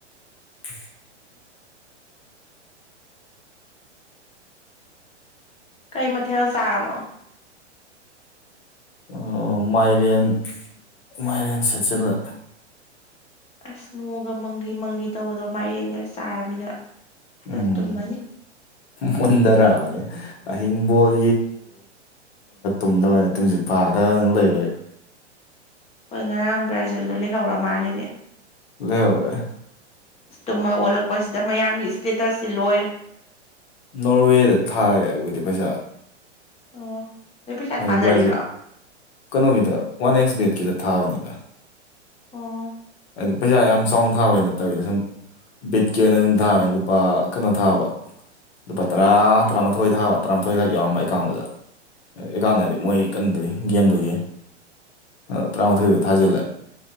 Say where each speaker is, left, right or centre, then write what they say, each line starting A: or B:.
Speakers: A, on the left; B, on the left.
A: INAUDIBLE
B: ꯀꯩ ꯃꯊꯦꯜ ꯆꯥꯔꯝꯃꯣ
A: ꯑꯣꯑꯣ ꯃꯥꯏꯔꯦꯟ ꯃꯥꯏꯔꯦꯟ ꯁꯦꯠꯆꯤꯜꯂꯦ
B: ꯑꯥꯁ ꯅꯣꯡꯒ ꯃꯪꯂꯤ ꯃꯪꯂꯤ ꯇꯧꯕꯗꯣ ꯃꯥꯏꯔꯦꯟꯒ ꯆꯥꯔꯃꯤꯅ ꯐꯖꯅ
A: ꯎꯝ
B: ꯇꯨꯝꯃꯅꯤ
A: ꯃꯨꯟꯗ꯭ꯔ ꯑꯕꯅꯤ ꯑꯍꯤꯡꯕꯣꯜ UNINTELLIGIBLE
B: ꯍꯣꯏ ꯉꯔꯥꯡ ꯕ꯭ꯔꯥꯖꯤꯜꯗꯣ ꯂꯩꯍꯧꯔ ꯃꯥꯜꯂꯤꯅꯦ
A: UNINTELLIGIBLE
B: ꯇꯨꯝ ꯍꯧꯒꯠꯂꯛꯄꯁꯤꯗ ꯃꯌꯥꯝꯒꯤ ꯏꯁꯇꯦꯇꯁꯁꯤ ꯂꯣꯏꯔꯦ
A: ꯅꯣꯔꯋꯦꯗ ꯊꯥꯏ ꯍꯥꯏꯕꯨꯗꯤ ꯄꯩꯁꯥ
B: ꯑꯣ ꯅꯣꯏ ꯄꯩꯁꯥ
A: ꯍꯥꯏ
B: ꯊꯥꯅꯔꯤꯔꯣ
A: ꯕ꯭ꯔꯥꯖꯤꯠ ꯀꯩꯅꯣꯒꯤꯗ ꯋꯥꯟ ꯑꯦꯛꯁ ꯕꯦꯠꯀꯤꯗ ꯊꯥꯕꯅꯤ INAUDIBLE
B: ꯑꯣꯑꯣ
A: ꯍꯥꯏꯗꯤ ꯄꯩꯁꯥ ꯌꯥꯝ ꯆꯥꯎꯅ ꯊꯥꯕꯩ ꯅꯠꯇꯕꯤꯗ ꯁꯨꯝ ꯕꯤꯠꯀꯤ ꯑꯣꯏꯅ ꯑꯗꯨꯨꯝ ꯊꯥꯕꯅꯤ ꯂꯨꯄꯥ ꯀꯩꯅꯣ ꯊꯥꯕ ꯂꯨꯄꯥ ꯇꯔꯥ ꯇꯔꯥꯃꯥꯊꯣꯏ ꯊꯥꯕ ꯇꯔꯥꯃꯥꯊꯣꯏꯈꯛ ꯌꯥꯎꯔꯝꯕ ꯑꯦꯀꯥꯎꯟꯗꯨꯗ ꯑꯦꯀꯥꯟꯗ ꯍꯥꯏꯗꯤ ꯃꯣꯏ ꯀꯩꯅꯣꯗꯨꯒꯤ ꯒꯦꯝꯗꯨꯒꯤ ꯑꯥ ꯇꯔꯥꯃꯥꯊꯣꯏꯗꯣ ꯊꯥꯖꯤꯜꯂꯦ